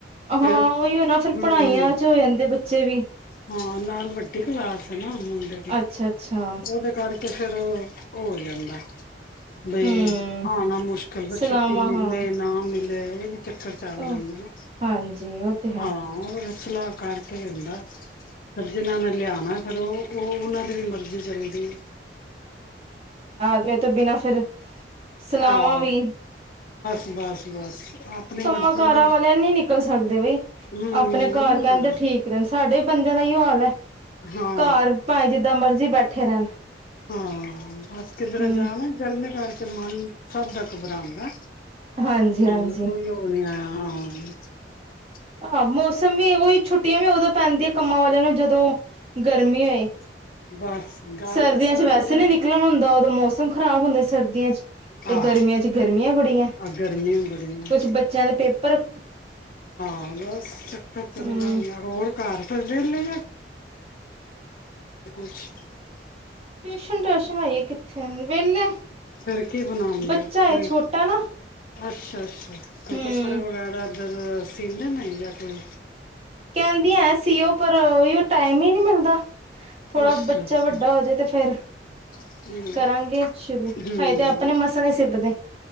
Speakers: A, on the left (about 50°); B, on the right (about 35°).
A: ਫਿਰ
B: ਹਾਂ ਉਈਓ ਨਾ ਫਿਰ
A: ਹਮ
B: ਪੜਾਈਆਂ ਚ ਹੋ ਜਾਂਦੇ ਬੱਚੇ ਵੀ।
A: ਹਾਂ ਨਾਲ ਵੱਡੀ ਕਲਾਸ ਹੇਨਾ। ਮੁੰਡੇ ਦੀ
B: ਅੱਛਾ ਅੱਛਾ
A: ਉਦੇ ਕਰਕੇ ਫਿਰ ਔ ਉਹ ਹੋ ਜਾਦਾ। ਬਈ
B: ਹਮ
A: ਆਣਾ ਮੁਸ਼ਕਿਲ
B: ਸਲਾਮਾ
A: ਛੁੱਟੀ ਮਿਲੇ
B: ਹਾਂ
A: ਨਾ ਮਿ <unintelligible> ਚਕਰ ਚੱਲ
B: ਉਹ
A: ਜਾਂਦਾ ਨਾ
B: ਹਾਂਜੀ ਉਹ ਤੇ ਹੈ
A: ਹਾਂ ਉ ਸਲਾਹ ਕਰਕੇ ਹੀ ਹੁੰਦਾ। ਫਿਰ ਜਿਨਾਂ ਨੇ ਲਿਆਣਾ ਫਿਰ ਉਹ ਉਨਾਂ ਦੀ ਵੀ ਮਰਜ਼ੀ ਚਲੇਗੀ।
B: ਵਿਆਹ ਤੋ ਬਿਨਾਂ ਫਿਰ, ਸਲਾਵਾ
A: ਆਹ
B: ਵੀ।
A: ਬਸ ਬਸ। ਆਪਣੀ
B: ਕੰਮਾਂ
A: ਮਰਜ਼ੀ
B: ਕਾਰਾਂ
A: ਨਾਲ
B: ਵਾਲੇ ਨਹੀਂ ਨਿਕਲ ਸਕਦੇ ਬਈ
A: ਹੂੰ,
B: ਆਪਣੇ ਘਰ ਕਹਿੰਦੇ ਠੀਕ ਰਹਿ ਸਾਡੇ ਬੰਦੇ ਦਾ ਏਹੀੳ ਹਾਲ ਐ।
A: ਹਾਂ,
B: ਘਰ ਭਾਏ ਜਿਦਾਂ ਮਰਜ਼ੀ ਬੈ ਕੱਠੇ ਰਹਿਣ।
A: ਹਾਂ ਅਸ ਕਿਧਰੇ
B: ਹਮ
A: ਜਾਣਾ ਗਰਮੀ ਕਰਕੇ। ਤੇ ਮਨ ਸਭ ਦਾ ਕਬਰਾਂਦਾ।
B: ਹਾਂਜੀ ਹਾਂਜੀ
A: ਹੋਰ ਕੋਈ ਔ ਨੀ ਆਇਆ ਹਾਂ। <unintelligible>
B: ਆਹ ਮੋਸਮ ਵੀ ਉਹੀ ਛੁੱਟੀਆਂ ਵੀ ਉਦੋ। ਪੈਂਦੀਆਂ ਤ ਕੰਮਾਂ ਵਾਲੇਆ ਜਦੋਂ ਗਰਮੀਆਂ ਹੋਏ,
A: ਬਸ ਗੱਲ
B: ਸਰਦੀਆਂ
A: ਤਾਂ ਸਾਰੀ
B: ਚ ਵੇਸੇ
A: ਐ
B: ਨਹੀਂ ਨਿਕਲਨ ਹੁੰਦਾ ਉਦੋਂ ਮੋਸਮ ਖ਼ਰਾਬ ਹੁੰਦੇ ਸਰਦੀਆਂ ਚ ਤੇ
A: ਆਹ
B: ਗਰਮੀਆਂ ਚ ਗਰਮੀਆਂ ਬੜੀ <unintelligible>
A: ਆ ਗਰਮੀ ਬੜੀ ਐ।
B: ਕੁਛ ਬੱਚਿਆ ਦੇ ਪੇਪਰ
A: ਹਾਂ ਬਸ ਕਬ ਤਕ ਚਲਨਾ
B: ਹਮ
A: ਜੇ ਹੋਰ ਘਰ ਤੁਰ ਜਾਦੇ <unintelligible>
B: ਟਿਊਸ਼ਨ ਟਾਸ਼ਨ ਹਜੇ ਕਿੱਥੇ ਵਿਹਲੇ
A: ਫਿਰ ਕੀ ਬਣਾਂਦੇ
B: ਬੱਚਾ
A: ਓ ਕੋਈ
B: ਏ ਛੋਟਾ ਨਾ
A: ਅੱਛਾ ਅੱਛਾ ਕੋਈ
B: ਹਮ
A: ਕੱਪੜੇ ਵਗੈਰਾ। ਫਿਰ ਸਿਲਦੇ ਮਿਲ ਜਾਤੇ
B: ਕਹਿੰਦੀਆਂ ਸੀ ਪਰ ਉਹੀ ਟਾਈਮ ਈ ਨੀ ਮਿਲ਼ਦਾ। ਥੋੜਾ
A: ਅੱਛਾ
B: ਬੱਚਾ
A: ਅੱਛਾ
B: ਵੱਡਾ ਹੋਜੇ ਤੇ ਫਿਰ
A: ਹੂੰ
B: ਕਰਾਗੇ ਸ਼ੁਰੂ।
A: ਹੂੰ
B: ਹਜੇ ਤੇ ਅਪਣੇ ਮਸਲੇ ਪਏ ਸਿਬਦੇ